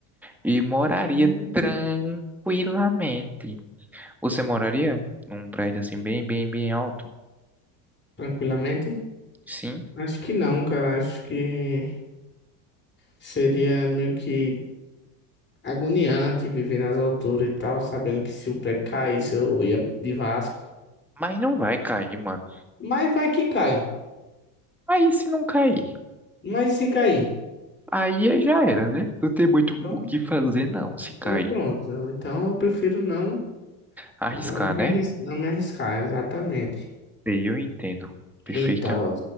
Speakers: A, in the centre; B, on the left.
A: e moraria
B: Hum,
A: tranquilamente. Você moraria num prédio assim, bem, bem, bem alto?
B: Tranquilamente?
A: Sim,
B: Acho que não, cara. Acho que. Seria meio que agoniante viver nas alturas e tal, sabendo que se o prédio caísse eu ia de Vasco.
A: mas não vai cair, mano.
B: Mas vai que cai.
A: Aí se não cair.
B: Mas e se cair?
A: Aí aí já era, né? Não tem muito
B: Então,
A: o que fazer, não, se
B: então
A: cair.
B: pronto. Então eu prefiro não,
A: Arriscar,
B: não me
A: né?
B: arris- não me arriscar, exatamente.
A: Sei, eu entendo perfeitamente.
B: E tal.